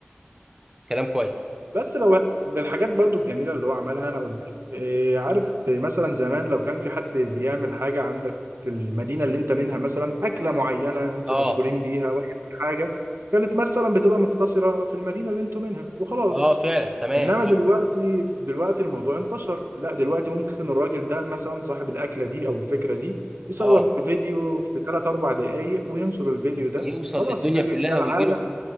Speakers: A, on the right (about 15°); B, on the right (about 70°).
A: كلام كويس
B: بس لو من الحاجات برضو الجميلة اللي هو عملها أنا أقول لك إيه عارف آه، مثلا زمان لو كان في حد بيعمل حاجة عندك في المدينة اللي أنت منها مثلا أكلة معينة أنتوا
A: اه
B: مشهورين بيها وأي حاجة كانت مثلا بتبقى مقتصرة في المدينة اللي أنتوا منها وخلاص
A: اه فعلا تمام
B: إنما
A: صح
B: دلوقتي دلوقتي الموضوع انتشر لا دلوقتي ممكن الراجل ده مثلا صاحب الأكلة دي أو الفكرة دي يصور
A: اه
B: فيديو في 3 4 دقايق وينشر الفيديو ده
A: يوصل
B: خلاص
A: للدنيا
B: الفيديو
A: كلها
B: ده العالم
A: ويجيله